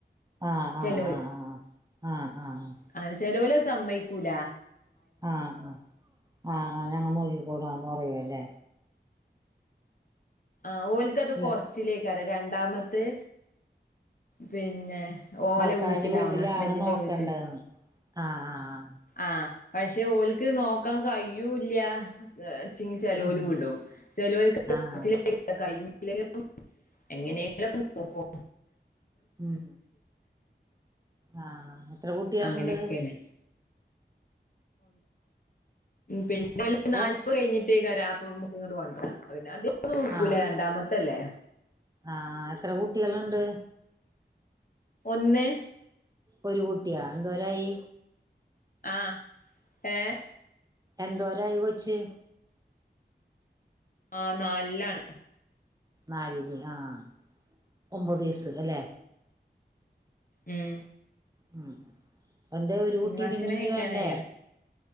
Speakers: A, on the right; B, on the left.
A: ആഹ്
B: ചെലോല്
A: ആഹ് ആഹ് ആഹ് ആഹ് ആഹ് ആഹ്
B: അങ്ങനെ ചെലോല് സമ്മയിക്കൂല
A: ആഹ് ആഹ് ആഹ് ആഹ് ഞങ്ങൾ നോക്കിക്കോളാന്ന് പറയും ല്ലേ
B: ആഹ് ഓൽക്കത്
A: അല്ലെ
B: കൊറച്ചിലേക്കാരം രണ്ടാമത്തെ പിന്നെ ഓലെ
A: ഭർത്താവിന്റെ
B: വീട്ടിലാവണം
A: വീട്ടിലാണ്
B: ഹസ്ബൻ്റിന്റെ
A: നോക്കണ്ടന്ന്
B: വീട്ടിൽ
A: ആഹ്
B: ആഹ് പക്ഷെ ഓലക്ക് നോക്കാൻ കയൂല്ല്യാ ച്ചിങ്ങ ചലോല്
A: ആഹ് ഉം ഉം
B: വിടും ചെലോൽ
A: ആഹ്
B: <unintelligible> എങ്ങനെങ്കിലും ഒക്കെ നോക്കോ
A: ഉം ആഹ് എത്ര കുട്ടികളുണ്ട്
B: അങ്ങനെയൊക്കെണ് പിൻ ഇനീ നാല്പ്പ
A: ഓ
B: കഴിഞ്ഞിട്ട് എക്കാരം ഇങ്ങോട്ട് വണ്ട പിന്നെ അധിക തൂക്കൂല
A: ആഹ്
B: രണ്ടാമത്തല്ലേ
A: ആഹ് എത്ര കുട്ട്യള്ണ്ട്
B: ഒന്ന്
A: ഒരു കുട്ടിയാ എന്തോരായി
B: ആഹ് ഏഹ്
A: എന്തോരായി കൊച്ച്
B: ആഹ് നാൽലാണ്
A: നാൽല്ല് ആഹ് ഒമ്പത് വയസ് അല്ലെ.
B: ഉം
A: ഉം എന്താ ഒരു
B: പിന്നെ
A: കുട്ടി
B: ഭക്ഷണം
A: പിന്നിഞ്ഞ്
B: കഴിക്കാനായോ
A: വേണ്ടേ